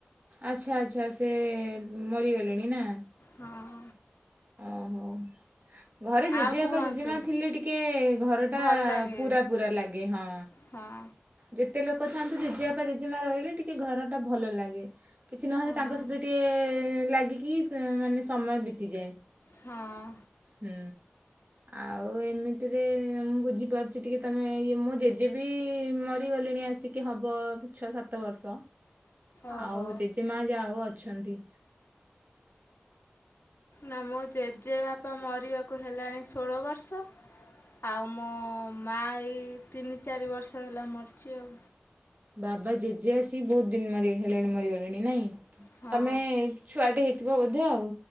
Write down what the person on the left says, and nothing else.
ହଁ।
ଆଉ କୁହନ୍ତୁ
ଭଲ ଲାଗେ
ହଁ।
ହଁ
ହଁ।
ଓହୋ
ନା ମୋ ଜେଜେବାପା ମରିବାକୁ ହେଲାଣି ଷୋହଳ ବର୍ଷ। ଆଉ ମୋ ମା ଏଇ ତିନି ଚାରି ବର୍ଷ ହେଲା ମରିଛି ଆଉ।
ହଁ